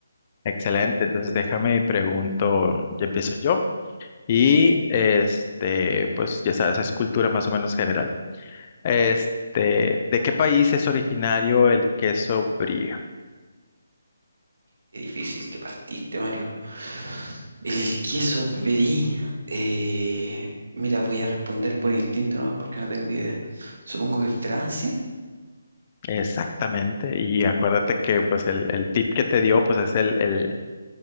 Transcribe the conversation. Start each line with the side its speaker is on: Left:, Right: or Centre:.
Left: excelente. Entonces, déjame y pregunto, ya empiezo yo. Y este, pues ya sabes, es cultura más o menos general. Este, ¿de qué país es originario el queso brie?
Right: Qué difícil que partiste, Mario. El queso brie. Eh, mira, voy a responder por instinto nomás porque no tengo idea. Supongo que Francia,
Left: Exactamente, y acuérdate que pues el, el tip que te dio pues es el, el,